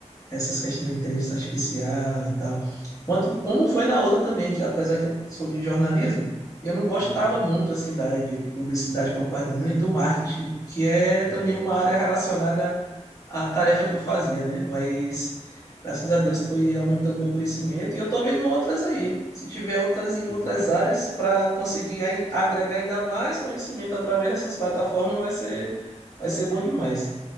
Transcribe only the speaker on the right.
Uhum.
É.
E
vai